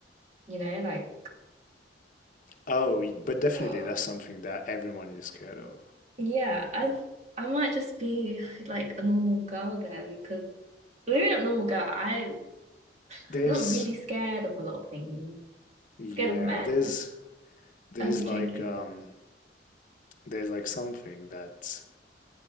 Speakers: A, on the right; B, on the left.
A: you know, like
B: Oh, y- but definitely
A: uh,
B: that's something that everyone is scared of.
A: yeah, I I might just be like a normal girl then, because maybe not normal girl. I
B: There's,
A: I'm not really scared of a lot of things.
B: yeah,
A: Scared of men.
B: there's, there's
A: I'm
B: like,
A: joking.
B: um, there's like something that